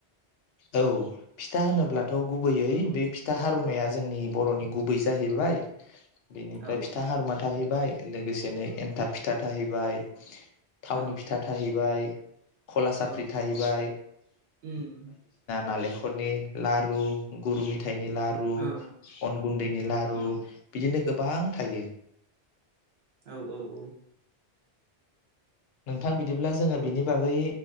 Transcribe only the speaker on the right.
औ
औ
औ
उम
औ
उम
औ औ औ